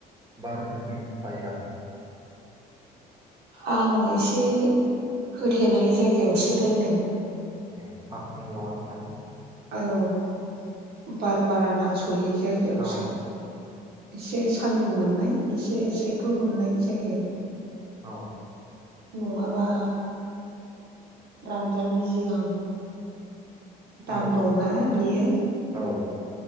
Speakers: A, on the right; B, on the right.
A: बार बारफोर फैबाया
B: आं एसे होथेनाय जायगायावसो दोनदों
A: ए <unintelligible> आरोना
B: औ बार बारा नांस'यै जायगायावसो
A: औ
B: एसे सान्दुं मोननाय एसे सायख्लुम मोननाय जायगायाव
A: औ
B: नङाबा रानजानो गियो आङो दाम
A: ए
B: दंना बियो
A: औ।